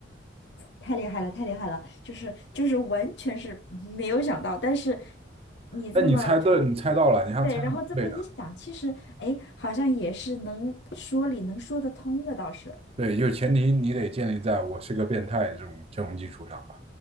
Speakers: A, on the left; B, on the right.
A: 太厉害了，太厉害了！就是就是完全是没有想到，但是你这么就是
B: 那你猜对，你猜到了，你还猜的蛮对的。
A: 对，然后这么一想，其实哎，好像也是能说理能说得通的，倒是。
B: 对，就前提你得建立在我是个变态这种这种基础上吧。